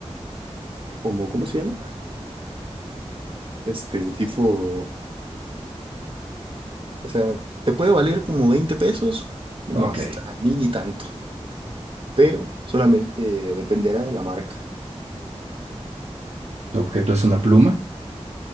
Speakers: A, on the right (about 50°); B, on the right (about 70°).
A: como, ¿cómo se llama? Este tipo, o sea, te puede valer como 20 pesos, como
B: Ok.
A: hasta mil y tanto, pero solamente dependerá de la marca.
B: ¿Tu objeto es una pluma?